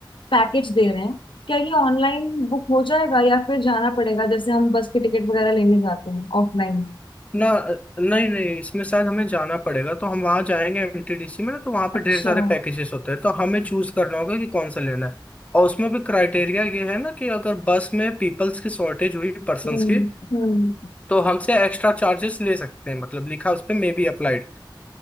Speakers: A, on the left; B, on the left.
A: पैकेज दे रहे हैं क्या ये ऑनलाइन बुक हो जाएगा या फिर जाना पड़ेगा जैसे हम बस के टिकट वगैरह लेने जाते हैं ऑफलाइन
B: ना नहीं नहीं इसमें शायद हमें जाना पड़ेगा तो हम वहां जाएंगे एमटीडीसी में ना तो वहां पे
A: अच्छा
B: ढेर सारे पैकेजेस होते हैं तो हमें चूज करना होगा कि कौन सा लेना है और उसमें भी क्राइटेरिया ये है ना कि अगर बस में पीपल्स की शॉर्टेज हुई पर्संस
A: हम्म
B: की
A: हम्म
B: तो हमसे एक्स्ट्रा चार्जेस ले सकते हैं मतलब लिखा उस पे मे बी अप्लाइड